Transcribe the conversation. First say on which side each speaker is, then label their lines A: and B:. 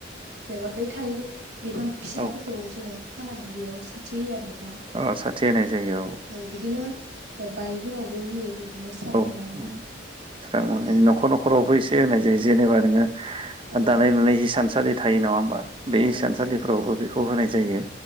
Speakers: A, on the right (about 70°); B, on the right (about 30°).
A: जेनबा बे थालारनि बिफां फिसाफोरखौ
B: औ
A: जोङो खानानै बेयाव साथि होयो आरो न थां
B: औ साथि होनाय जायो
A: औ बिदिनो अ बारिफोरावबो होयो बिदिनो स्रां
B: औ
A: नुनायनि
B: अम स्रांनुनायनि
A: औ
B: न'खर-न'खरावबो एसे होनाय जायो जेनेबा नोङो
A: औ
B: दानाय लुनाय हिसानसालि थायो नङा होमबा? बे
A: औ
B: हिसानसालिफोरावबो
A: औ नंगौ नोंथां
B: बेखौ होनाय जायो।